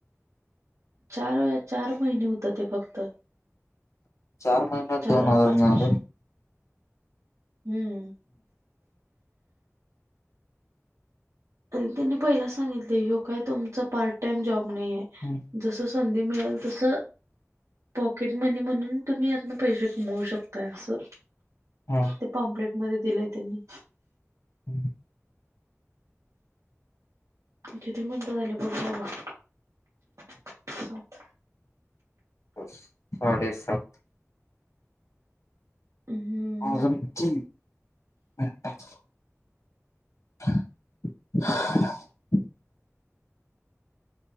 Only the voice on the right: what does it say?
चार, चार महिने होत ते फक्त.
चार
वेळा
पाच
पाचशे
हम्म. <inaudible> आणि त्यांनी पहिलाच सांगितलं हो काय तुमचा पार्ट टाइम जॉब नाहीये.
जस संधी मिळेल तस पॉकेट मनी म्हणून तुम्ही यातन पैसे कमवू शकताय असं.
ते पोम्प्लेट मध्ये दिलंय त्यांनी.
किती मिनिट झाली बघ बाबा. <inaudible> सात.
हम्म